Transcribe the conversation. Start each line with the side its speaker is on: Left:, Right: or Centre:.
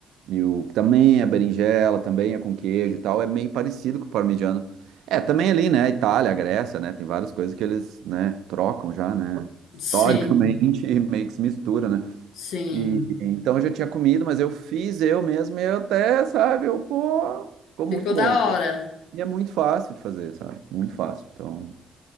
Right: E o que também é berinjela, também é com queijo e tal, é meio parecido com o parmigiano. É, também ali, né? Itália, Grécia, né? Tem várias coisas que eles, né, trocam já, né? Historicamente,
Left: Sim,
Right: <laughs> e meio que se mistura, né?
Left: sim.
Right: E então eu já tinha comido, mas eu fiz eu mesmo e eu até, sabe, eu, pô, ficou muito
Left: Ficou
Right: bom,
Left: da hora.
Right: e é muito fácil de fazer, sabe? Muito fácil. Então,